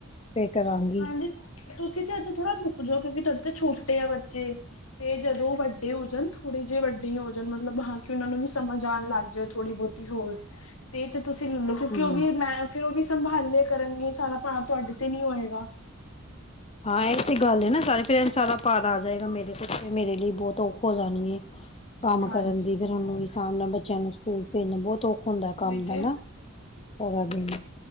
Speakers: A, on the left; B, on the left.
A: ਫੇਰ ਕਰਾਂਗੀ
B: ਹਾਂਜੀ, ਤੁਸੀਂ ਤੇ ਅੱਜ ਥੋੜਾ ਰੁਕ ਜਾਓ ਕਿਉਂਕਿ ਤੁਹਾਡੀ ਛੋਟੇ ਆ ਬੱਚੇ। ਤੇ ਜਦੋਂ ਵੱਡੇ ਹੋ ਜਾਣ ਥੋੜ੍ਹੇ ਜਹੇ ਜੇ ਵੱਡੇ ਹੋ ਜਾਣ ਮਤਲਬ ਹਾਂ ਕਿ ਉਹਨਾਂ ਨੂੰ ਵੀ ਸਮਝ ਆਣ ਲੱਗ ਜਾਏ ਥੋੜੀ ਬਹੁਤੀ ਹੋਰ ਤੇ ਤੁਸੀਂ ਲੈ ਲਓ, ਕਿਉਂਕਿ
A: ਹੂੰ।
B: ਉਹ ਵੀ ਮੈਂ ਫੇਰ ਉਹ ਵੀ ਸੰਭਾਲੇ ਕਰਨਗੇ ਸਾਰਾ ਭਾਵ ਤੁਹਾਡੇ ਤੇ ਨਹੀਂ ਹੋਏਗਾ।
A: ਹਾਂ ਇਹ ਤੇ ਗੱਲ ਹੈ ਨਾ। ਸਾਰੇ ਪਰਟ ਸਾਰਾ ਭਾਰ ਆ ਜਾਏਗਾ ਮੇਰੇ ਤੇ, ਫ਼ਿਰ ਮੇਰੇ ਲਈ ਬਹੁਤ ਔਖੀ ਹੋ ਜਾਣੀ ਹੈ। ਕੰਮ
B: ਹਾਂਜੀ
A: ਕਰਨ ਦੀ ਫੇਰ ਉਹਨੂੰ ਵੀ ਸਾਹਮ ਨਾਲ ਬੱਚਿਆਂ ਨੂੰ ਸਕੂਲ ਭੇਜਣਾ ਬਹੁਤ ਔਖਾ ਹੁੰਦਾ ਹੈ ਕੰਮ
B: ਉਹੀ
A: ਦਾ
B: ਤੇ
A: ਨਾ ।